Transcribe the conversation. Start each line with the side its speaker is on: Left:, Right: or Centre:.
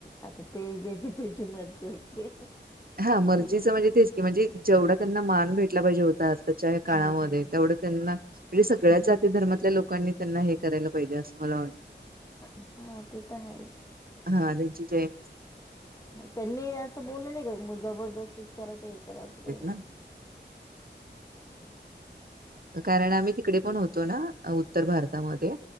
Left: आता ते ज्याची त्याची मर्जी असते.
Right: हा मर्जीचं
Left: बरोबर आहे.
Right: म्हणजे तेच की म्हणजे जेवढा त्यांना मान भेट. पाहीजे होतात त्याच्या काळामध्ये
Left: हम्म हम्म
Right: तेवढ त्यांना म्हणजे सगळ्या जाती
Left: हम्म.
Right: धर्मातल्या लोकांनी. त्यांना हे करायला पाहिजे असं मला वाटतं.
Left: हा ते तर आहेच.
Right: हा त्यांची जय.
Left: त्यांनी असं बोललं नाही का मग जबरदस्ती करा का हे करा. काही
Right: एक
Left: नाही.
Right: ना. कारण आम्ही तिकडे पण होतो ना उत्तर भारतामध्ये